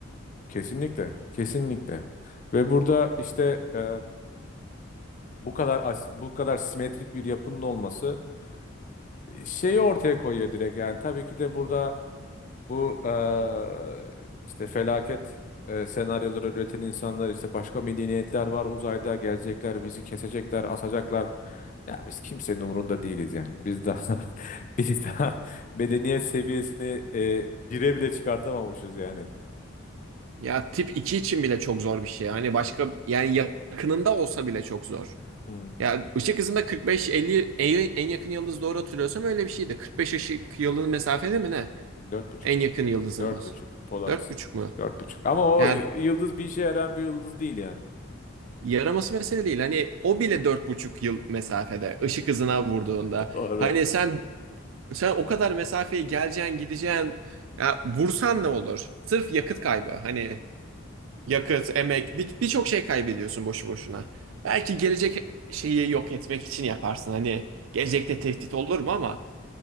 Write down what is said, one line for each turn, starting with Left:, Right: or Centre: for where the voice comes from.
Left: Kesinlikle, kesinlikle. Ve burada işte e, bu kadar as- bu kadar simetrik bir yapının olması e, şeyi ortaya koyuyor direkt. Yani tabii ki de burada Bu eee, işte felaket eee, senaryoları üreten insanlar işte başka medeniyetler var uzayda gelecekler bizi kesecekler asacaklar. Ya biz kimsenin umurunda değiliz yani. Biz daha <laughs> biz daha medeniyet seviyesini eee bire bile çıkartamamışız yani.
Right: Ya tip 2 için bile çok zor bir şey. Hani başka yani yakınında olsa bile çok zor.
Left: Hmm,
Right: Ya ışık hızında 45-50 en en yakın yıldız doğru hatırlıyorsam öyle bir şeydi. 45 ışık yılı mesafede mi ne?
Left: dört buçuk.
Right: En yakın yıldızımız.
Left: Dört buçuk. Polaris.
Right: dört buçuk mu?
Left: Dört buçuk. Ama o
Right: Ya
Left: y- yıldız bir işe yarayan bir yıldız değil yani.
Right: Yaraması mesele değil. Hani o bile dört buçuk yıl mesafede ışık hızına vurduğunda.
Left: <laughs> Doğru.
Right: Hani sen sen o kadar mesafeye geleceksin gideceksin. Ya vursan ne olur? Sırf yakıt kaybı. Hani yakıt, emek bir- birçok şey kaybediyorsun boşu boşuna. Belki gelecek şeyi yok etmek için yaparsın. Hani gelecekte tehdit olur mu ama